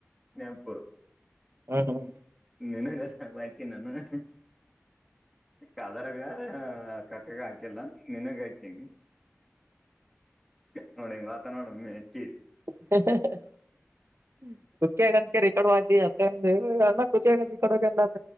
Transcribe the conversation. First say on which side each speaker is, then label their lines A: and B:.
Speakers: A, in the centre; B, on the right.
A: ನಪ್ಪು
B: ಹ್ಮ್ ಹ್ಮ್
A: ನಿಂಗ ಹಾಕೀನಿ ನಾನು ಕಾದರಗ ಕಕ್ಕಾಗ ಹಾಕಿಲ್ಲ ನಿನಗ ಹಾಕನಿ ನೋಡಣ ಇವಂಗ್ ವಾತ ನೋಡು ಇನ್ನು ಹೆಚ್ಚಿ
B: <unintelligible> <unintelligible>